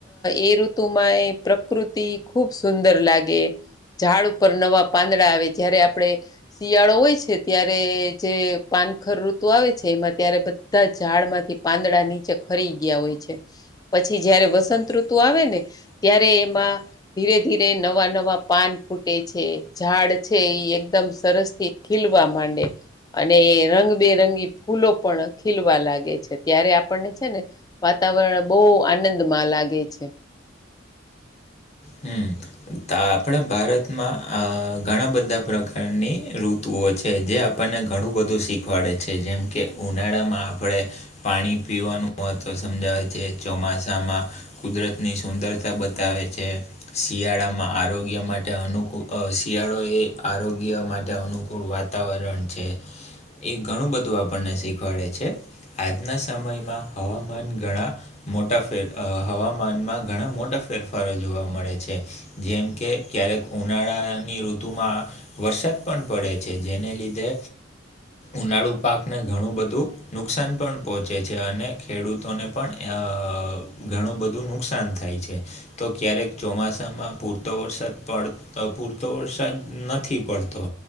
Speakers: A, on the left; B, on the left.
A: એ ઋતુમાં એ પ્રકૃતિ ખૂબ સુંદર લાગે. ઝાડ ઉપર નવા પાંદડા આવે જય્યારે આપડે શિયાળો હોય છે ત્યારે જે પાનખરુ તો આવે છે એમાં ત્યારે બધા ઝાડમાંથી પાંદડા નીચે ખરી ગયા હોય છે. પછી જયારે વસંત ઋતુ આવે ને ત્યારે એમાં ધીરે ધીરે નવા નવા પાન ફૂટે છે ઝાડ છે એ એકદમ સરસ થી ખીલવા માંડે અને એ રંગ બેરંગી ફૂલો પણ ખીલવા લાગે છે ત્યારે આપણને છે ને વાતાવરણ બહુ આનંદમાં લાગે છે.
B: હમ તા આપણા ભારતમાં આ ઘણા બધા પ્રકારની ઋતુઓ છે જે આપણને ઘણું બધું શીખવાડે છે જેમ કે ઉનાળામાં આપણે પાણી પીવાનું મહત્વ સમજાવે છે ચોમાસામાં કુદરતની સુંદરતા બતાવે છે શિયાળામાં આરોગ્ય માટે અનુકૂળ આ શિયાળો એ આરોગ્ય માટે અનુકૂળ વાતાવરણ છે. એ ઘણું બધું આપણને શીખવાડે છે આજના સમયમાં હવામાન ઘણા મોટા ફેર આ હવામાનમાં ઘણા મોટા ફેરફારો જોવા મળે છે. જેમ કે ક્યારેક ઉનાળાની ઋતુમાં વરસાદ પણ પડે છે જેને લીધે ઉનાળુ પાકને ઘણું બધું નુકસાન પણ પહોંચે છે અને ખેડૂતોને પણ આ ઘણું બધું નુકસાન થય. થાય છે તો ક્યારેક ચોમાસામાં પૂરતો વરસાદ પડ તો પૂરતો વરસાદ નથી પડતો